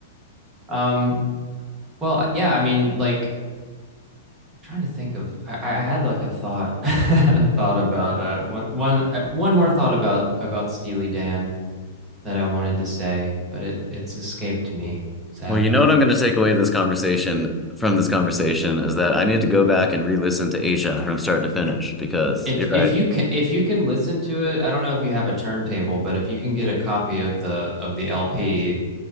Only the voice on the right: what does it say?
um well yeah I mean like I'm trying to think of I, I had like a thought <laughs> I had a thought about uh one one uh, one more thought about about Steely Dan that I wanted to say, but it it's escaped me, sadly.
If
if you can if you can listen to it, I don't know if you have a turntable, but if you can get a copy of the of the LP